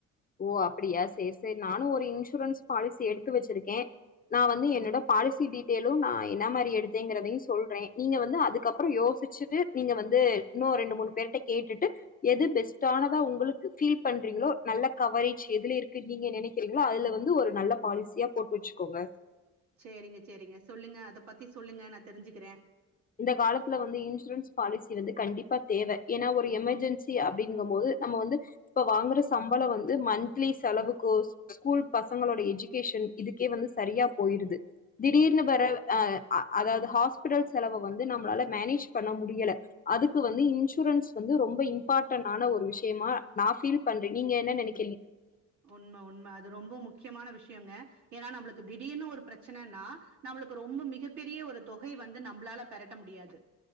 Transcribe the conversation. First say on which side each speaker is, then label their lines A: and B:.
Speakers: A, on the left; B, on the right.
A: ஓ அப்படியா சேரி சேரி நானும் ஒரு இன்சூரன்ஸ் பாலிசி எடுத்து வச்சிருக்கேன் நான் வந்து என்னோட பாலிசி டீட்டெயலும் நான் என்ன மாதிரி எடுத்தேங்கறதையும் சொல்றேன் நீங்க வந்து அதுக்கப்புறம் யோசிச்சுட்டு நீங்க வந்து இன்னும் ரெண்டு மூணு பேருட்ட கேட்டுட்டு எது பெஸ்ட்டானதா உங்களுக்கு பீல் பண்றீங்களோ நல்ல கவரேஜ் எதுல இருக்கு நீங்க நினைக்கிறீங்களோ அதுல வந்து ஒரு நல்ல பாலிசியா போட்டு வச்சுக்கோங்க
B: செரிங்க செரிங்க சொல்லுங்க அத பத்தி சொல்லுங்க நான் தெரிஞ்சுக்கிறேன்
A: இந்த காலத்துல வந்து இன்சூரன்ஸ் பாலிசி வந்து கண்டிப்பா தேவை ஏன்னா ஒரு எமெர்ஜென்சி அப்டிங்கும் போது நம்ம வந்து இப்ப வாங்குற சம்பளம் வந்து மந்த்லி செலவுக்கோ ஸ்கூல் பசங்களோட எஜுகேஷன் இதுக்கே வந்து சரியா போயிருது திடீர்னு பாரு ஆஹ அதாவது ஹாஸ்பிடல்ஸ் செலவை வந்து நம்மால மேனேஜ் பண்ண முடியல அதுக்கு வந்து இன்சூரன்ஸ் வந்து ரொம்ப இம்பார்டனான ஒரு விஷயமா நான் பீல் பண்றேன் நீங்க என்ன நினைக்க
B: உண்மை உண்மை அது ரொம்ப முக்கியமான விஷயம் க்கியம்ங்க ஏன்னா நம்பளுக்கு திடீர்னு ஒரு பிரச்சனனா நம்மளுக்கு ரொம்ப மிகப்பெரிய ஒரு தொகை வந்து நம்பளால பெரட்ட முடியாது.